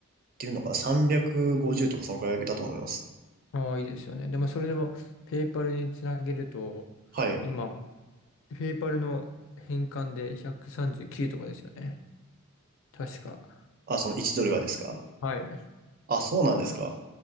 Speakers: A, on the right (about 40°); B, on the left (about 60°).
A: てるのかな ?350 とかそのくらいだと思います。
B: ああ、いいですよね。でも、それでも、ペイパルにつなげると、
A: はい。
B: 今、ペイパルの返還で139とかですよね。確か。
A: あ、その1ドルがですか
B: はい。
A: あ、そうなんですか